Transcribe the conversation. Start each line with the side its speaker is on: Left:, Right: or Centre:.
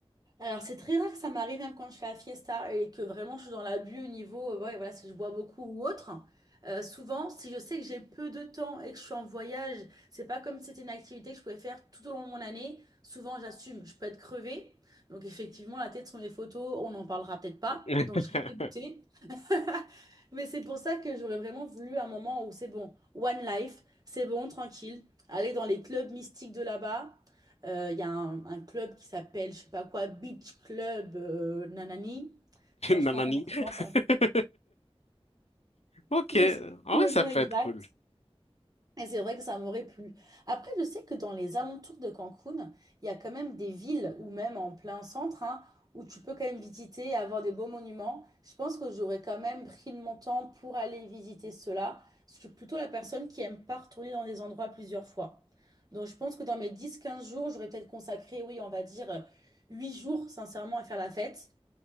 Right: Alors, c'est très rare que ça m'arrive, même quand je fais la fiesta et que vraiment je suis dans l'abus au niveau, euh, ouais, voilà, si je bois beaucoup ou autre. Euh, souvent, si je sais que j'ai peu de temps et que je suis en voyage, c'est pas comme si c'était une activité que je pouvais faire tout au long de mon année. Souvent, j'assume, je peux être crevée. Donc, effectivement, la tête sur mes photos, on n'en parlera peut-être pas.
Left: <laughs>
Right: Donc, je serai dégoûtée. <laughs> Mais c'est pour ça que j'aurais vraiment voulu un moment où c'est bon, one life, c'est bon, tranquille, aller dans les clubs mystiques de là-bas. Euh, Il y a un, un club qui s'appelle, je sais pas quoi, Beach Club euh, Nanani. Franchement,
Left: Nanani. <laughs>
Right: vraiment pas.
Left: Ok,
Right: Je sais
Left: en
Right: plus
Left: vrai,
Right: le
Left: ça
Right: nom
Left: peut
Right: exact.
Left: être cool.
Right: Et c'est vrai que ça m'aurait plu. Après, je sais que dans les alentours de Cancun, il y a quand même des villes ou même en plein centre hein, où tu peux quand même visiter et avoir des beaux monuments. Je pense que j'aurais quand même pris de mon temps pour aller visiter cela. Je suis plutôt la personne qui aime pas retourner dans des endroits plusieurs fois. Donc, je pense que dans mes dix quinze jours, j'aurais peut-être consacré, oui, on va dire 8 jours, sincèrement, à faire la fête